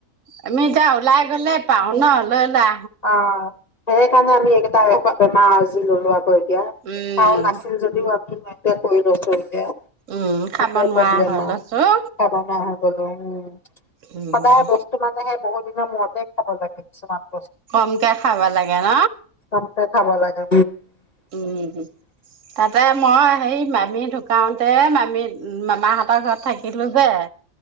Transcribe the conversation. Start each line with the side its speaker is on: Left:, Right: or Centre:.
Right: আমি এতিয়া ওলাই গ'লেই পাওঁ ন, লৈ লোৱা
Left: অ', সেই কাৰণে আমি সেইকেইটা বেমাৰ আজি ল'লো আও। অ এতিয়া
Right: উম
Left: কাইন আছিল যদিও আমি নাই। এতিয়া কৈ লৈছো এতিয়া
Right: উম খাব
Left: সেইটোৱে
Right: নোৱাৰা
Left: প্ৰব্লেম
Right: হয়
Left: আৰু
Right: লৈছো।
Left: খাব নোৱাৰা হৈ গ'লো উম
Right: উম
Left: সদায়ে বস্তু মানেহে বহুত সে দিনা মূৰতে খাব লাগে কিছুমান বস্তু
Right: কমকে খাব লাগে ন।
Left: কমকে খাব লাগে
Right: উম তাতে মই হেই মামী ঢুকাওতে মা আমি উম মামাহঁতৰ ঘৰত থাকিলো যে।